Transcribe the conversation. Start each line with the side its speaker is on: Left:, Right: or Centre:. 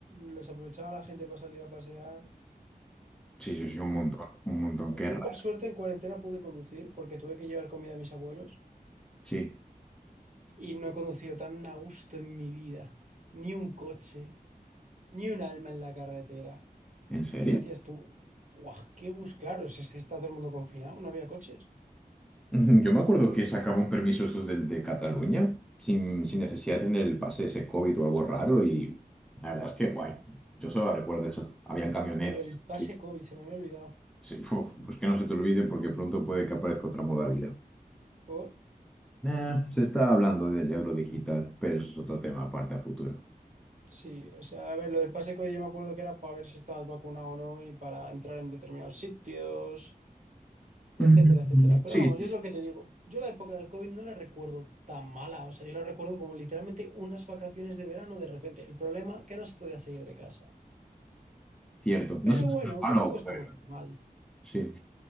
Right: les aprovechaba la gente para salir a pasear.
Centre: Sí, sí, sí, un montón, un montón. Qué
Right: Yo
Centre: raro.
Right: por suerte en cuarentena pude conducir porque tuve que llevar comida a mis abuelos
Centre: Sí.
Right: y no he conducido tan a gusto en mi vida. Ni un coche, ni un alma en la carretera.
Centre: ¿En serio?
Right: ¿Qué decías tú? Buah, qué bus claro, si si está todo el mundo confinado, no había coches.
Centre: Ujú, Yo me acuerdo que sacaba un permiso esos del de Cataluña, sin, sin necesidad de tener el pase ese COVID o algo raro, y la verdad es que guay. Yo solo recuerdo eso. Habían camioneros.
Right: Lo del pase
Centre: Sí,
Right: COVID, se me había olvidado.
Centre: sí, <laughs> uf, pues que no se te olvide porque pronto puede que aparezca otra modalidad.
Right: por
Centre: Eh, se está hablando del euro digital, pero eso es otro tema aparte a futuro.
Right: Sí, o sea, a ver, lo del pase COVID yo me acuerdo que era para ver si estabas vacunado o no y para entrar en determinados sitios, etcétera,
Centre: Mm,
Right: etcétera. Pero
Centre: Sí,
Right: vamos, yo es lo que te digo. Yo la época del COVID no la recuerdo tan mala, o sea, yo la recuerdo como literalmente unas vacaciones de verano de repente. El problema que no se podía salir de casa.
Centre: cierto.
Right: Pero
Centre: No sé si
Right: bueno,
Centre: es malo,
Right: tampoco estuvo
Centre: pero
Right: tan mal.
Centre: sí.